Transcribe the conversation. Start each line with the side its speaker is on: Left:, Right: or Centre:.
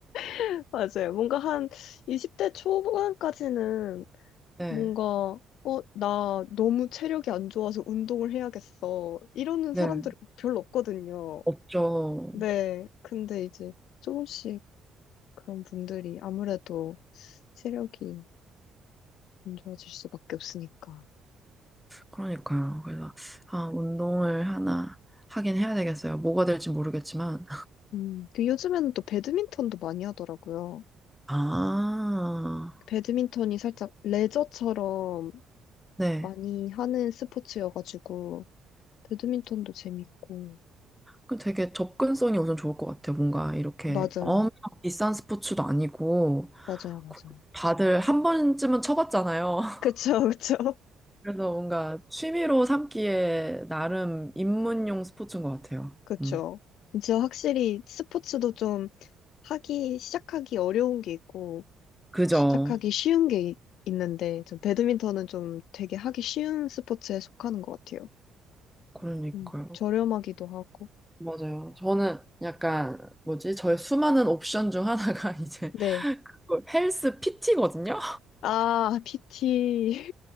Left: <laughs> 맞아요. 뭔가 한 20대 초반까지는
Centre: 네.
Left: 뭔가 어, 나 너무 체력이 안 좋아서 운동을 해야겠어. 이러는
Centre: 네.
Left: 사람들이 별로 없거든요.
Centre: 없죠.
Left: 네, 근데 이제 조금씩 그런 분들이 아무래도 체력이 안 좋아질 수밖에 없으니까.
Centre: 그러니까요. 그래서, 아, 운동을 하나 하긴 해야 되겠어요. 뭐가 될지 모르겠지만.
Left: 음, 그 요즘에는 또 배드민턴도 많이 하더라고요.
Centre: 아, <laughs>
Left: 배드민턴이 살짝 레저처럼
Centre: 네.
Left: 많이 하는 스포츠여가지고, 배드민턴도 재밌고.
Centre: 그 되게 접근성이 우선 좋을 것 같아요. 뭔가 이렇게
Left: 맞아요.
Centre: 엄청 비싼 스포츠도 아니고,
Left: 맞아요, 맞아요.
Centre: 그리고 다들 한 번쯤은 쳐봤잖아요. <laughs>
Left: 그쵸, 그쵸. <laughs>
Centre: 그래서 뭔가 취미로 삼기에 나름 입문용 스포츠인 것 같아요.
Left: 그쵸.
Centre: 음.
Left: 진짜 확실히 스포츠도 좀 하기, 시작하기 어려운 게 있고,
Centre: 그죠.
Left: 시작하기 쉬운 게 이- 있는데, 좀 배드민턴은 좀 되게 하기 쉬운 스포츠에 속하는 것 같아요.
Centre: 그러니까요.
Left: 음, 저렴하기도 하고.
Centre: 맞아요. 저는 약간, 뭐지? 저의 수많은 옵션 중 하나가 <laughs> 이제
Left: 네.
Centre: 그 헬스 PT거든요?
Left: 아, PT.